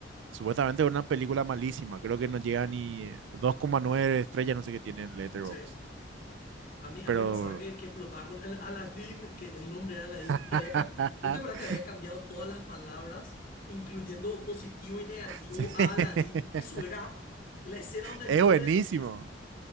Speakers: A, on the right (about 80°); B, on the left (about 50°).
A: supuestamente es una película malísima. Creo que no llega ni eh, dos coma nueve estrellas, no sé qué tiene en Letterboxd.
B: Sí, a mí, a
A: Pero
B: mí me pasaba que, que explotaba con el Aladdin, que el nombre era Aladdin, y
A: <laughs>
B: que había, ca- ¿no te acuerdas que había cambiado todas las palabras, incluyendo positivo y negativo
A: sí,
B: a
A: <laughs>
B: Aladdin? Eso era la escena donde el
A: es
B: pobre
A: buenísimo.